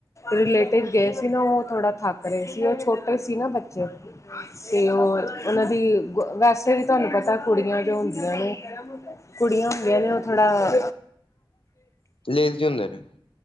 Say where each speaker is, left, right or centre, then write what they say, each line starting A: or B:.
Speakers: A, on the left; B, on the left.
A: ਰਿਲੇਟਿਵ ਗਏ ਸੀ ਨਾ ਉਹ ਥੋੜ੍ਹਾ ਥੱਕ ਰਹੇ ਸੀ ਉਹ ਛੋਟੇ ਸੀ ਨਾ ਬੱਚੇ ਚ <unintelligible> ਤੇ ਉਹ ਉਹਨਾਂ ਦੀ ਵੈਸੇ ਵੀ ਤੁਹਾਨੂੰ ਪਤਾ ਕੁੜੀਆਂ ਜੋ ਹੁੰਦੀਆਂ ਨੇ ਕੁੜੀਆਂ ਹੋੁੰਦੀਆਂ ਨੇ ਉਹ ਥੋੜਾ
B: ਲੇਜ਼ੀ ਹੁੰਦੇ ਨੇ